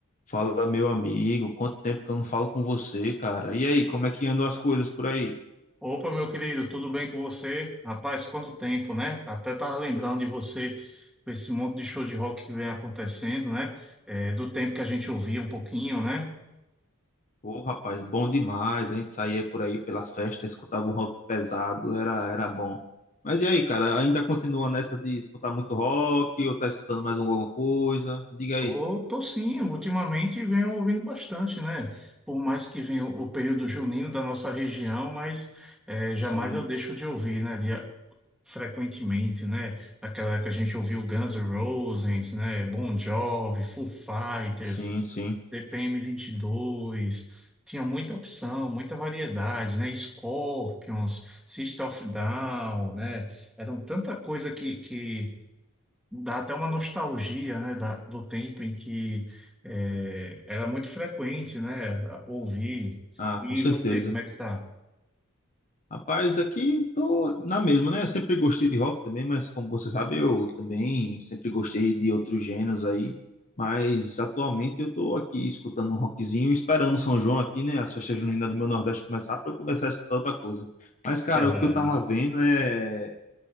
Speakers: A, on the left; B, in the centre.
A: Fala, meu amigo, quanto tempo que eu não falo com você, cara? E aí, como é que andam as coisas por aí?
B: Opa, meu querido, tudo bem com você? Rapaz, quanto tempo, né? Até tava lembrando de você com esse monte de show de rock que vem acontecendo, né? É, do tempo que a gente ouvia um pouquinho, né?
A: Ô, rapaz, bom demais. A gente saía por aí pelas festas, escutava um rock pesado, era, era bom. Mas e aí, cara, ainda continua nessa de escutar muito rock ou tá escutando mais alguma coisa? Me diga aí.
B: Tô, tô sim, ultimamente venho ouvindo bastante, né? Por mais que venha o o período junino da nossa região, mas é, jamais
A: Sim,
B: eu deixo de ouvir, né? De, frequentemente, né? Naquela época a gente ouviu Guns N' Roses, né? Bon Jovi, Foo Fighters.
A: sim, sim.
B: CPM 22, tinha muita opção, muita variedade, né? Scorpions, System of Down, né? Eram tanta coisa que, que dá até uma nostalgia, né? da- do tempo em que eh, era muito frequente, né? Ouvir.
A: Ah,
B: E
A: com certeza.
B: você, como é que tá?
A: Rapaz, aqui tô na mesma, né? Eu sempre gostei de rock também, mas como você sabe, eu também sempre gostei de outros gêneros aí. Mas atualmente eu tô aqui escutando um rockzinho, esperando o São João aqui, né? As festas juninas do meu Nordeste começar para eu começar a escutar outra coisa. Mas, cara,
B: Verdade.
A: o que eu tava vendo é,